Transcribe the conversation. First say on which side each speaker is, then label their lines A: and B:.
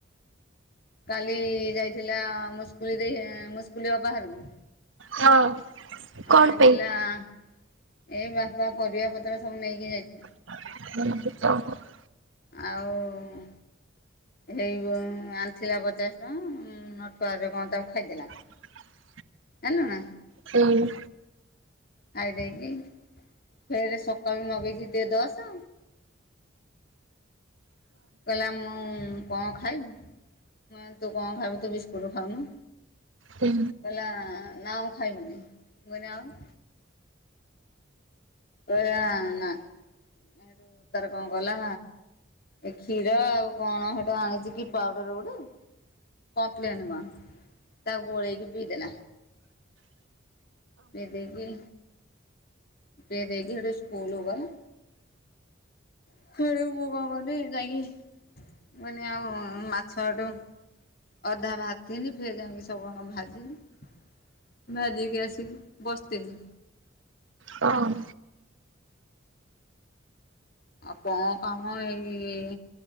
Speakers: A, on the left; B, on the right.
A: କାଲି ଯାଇଥିଲା ମୁସ୍କୁଲି ଦେଇ ମୁସ୍କୁଲ ଅପା ହରକୁ
B: ହଁ। କଣ
A: ଆଣିଥିଲା
B: ପାଇଁ?
A: ଆଁ ଏଇ ବାପା ପରିବା ପତ୍ର ସବୁ ନେଇକି ଯାଇଥିଲେ।
B: ହ <unintelligible>
A: ଆଉ ହେଇ ମ ଆଣିଥିଲା ପଚାଶ ଟଙ୍କା ନଠୁଆ ଏବେ କଣ ତାକୁ ଖାଇଦେଲା।
B: <unintelligible>
A: <unintelligible>
B: ହୁଁ ଉଁ
A: ଖାଇ ଦେଇକି ଫେର ସକାଳୁ ନଗେଇଛି ଦେ ଦଶ କହିଲା ମୁଁ କଣ ଖାଇବି? ମୁଁ ତୁ କଣ ଖାଇବୁ ତୁ ବିସ୍କୁଟ ଖାଉନୁ
B: ହୁଁ।
A: କହିଲା ନା ମୁଁ ଖାଇ ବିନି ମୁଁ କହିଲି ଆଉ? କହିଲା ନା। ହେଠୁ ତାର କଣ ଗଲା ଏ କ୍ଷୀର ଆଉ କଣ ହେଠା ଆଣିଛି କି ପାଉଡର ଗୋଟେ କପଲେନ ମ ତା ଗୋଳେଇକି ପିଇଦେଲା। ପିଇଦେଇକି ପିଇଦେଇକି ହେଠୁଁ ସ୍କୁଲ ଗଲା। <unintelligible> ମୁଁ କଣ କଲି ଯାଇକି ମାନେ ଆଉ ମାଛ ହେଠୁ ଅଧା ଭାତିନି ଫେରେ ଯାଇକି ସବୁ ଯାକ ଭାଜିଲି। ଭାଜିକି ଆସିକି ବସିଥିଲି।
B: କ ଅଁ
A: ଆଉ କଣ କାମ ଏଇ